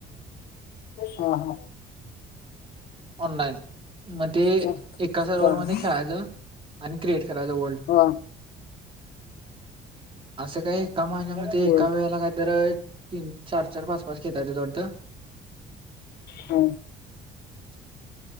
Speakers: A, on the left; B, on the right.
A: हा हा
B: ऑनलाइन मग ते
A: चा
B: एका सरवरवर
A: चालेल
B: मध्ये खेळायचं आणि क्रेड करायच वल्ड
A: हा
B: असं काय का माझ्या म एका
A: बर
B: वेळेला कायतर तीन चार चार पाच पाच घेत ते वाटतं
A: हम
B: हम्